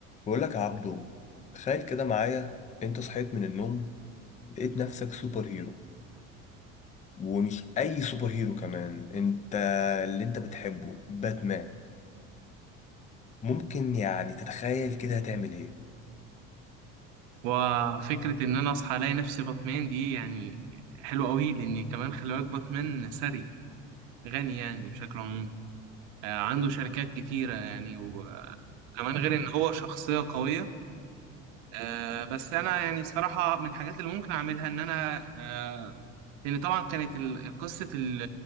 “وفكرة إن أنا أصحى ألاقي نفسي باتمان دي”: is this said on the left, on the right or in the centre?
Right